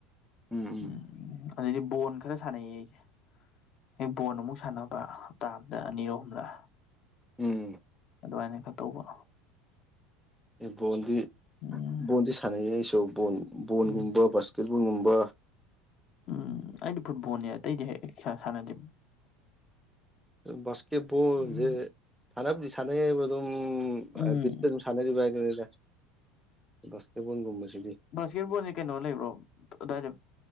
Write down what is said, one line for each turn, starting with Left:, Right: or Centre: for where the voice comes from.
Centre: ꯑꯨꯝ ꯑꯨꯝ
Left: ꯎꯝ ꯑꯗꯩꯗꯤ ꯕꯣꯟ ꯈꯔ ꯁꯥꯟꯅꯩꯌꯦ ꯑꯩꯁꯦ ꯍꯦꯛ ꯕꯣꯟ ꯑꯃꯨꯛ ꯁꯥꯟꯅꯕ ꯍꯞꯇꯥ ꯑꯝꯗ ꯑꯅꯤꯔꯛ ꯑꯍꯨꯝꯂꯛ
Centre: ꯑꯨꯝ
Left: ꯑꯗꯨꯃꯥꯏꯅ ꯈꯇꯧꯕ
Centre: ꯕꯣꯟꯗꯤ
Left: ꯎꯝ
Centre: ꯕꯣꯟꯗꯤ ꯁꯥꯟꯅꯩꯌꯦ ꯑꯩꯁꯨ ꯕꯣꯟꯒꯨꯝꯕ
Left: ꯎꯝ
Centre: ꯕꯥꯁꯀꯦꯠꯕꯣꯟꯒꯨꯝꯕ
Left: ꯑꯨꯝ ꯑꯩꯗꯤ ꯐꯨꯠꯕꯣꯟꯅꯦ ꯑꯇꯩꯗꯤ ꯍꯩ ꯁꯥꯟ ꯁꯥꯟꯅꯗꯦ
Centre: ꯕꯥꯁꯀꯦꯠꯕꯣꯜꯖꯦ
Left: ꯎꯝ
Centre: ꯁꯥꯟꯅꯕꯨꯗꯤ ꯁꯥꯟꯅꯩꯕ ꯑꯗꯨꯝ
Left: ꯎꯝ
Centre: ꯑꯨꯝ ꯕꯤꯠꯇ ꯑꯗꯨꯝ ꯁꯥꯟꯅꯔꯤꯕ ꯍꯥꯏꯗꯨꯅꯤꯗ ꯕꯥꯁꯀꯦꯠꯕꯣꯟꯒꯨꯝꯕꯁꯤꯗꯤ
Left: ꯀꯦꯠꯕꯣꯟꯖꯦ ꯀꯩꯅꯣ ꯂꯩꯕ꯭ꯔꯣ ꯑꯗꯥꯏꯗ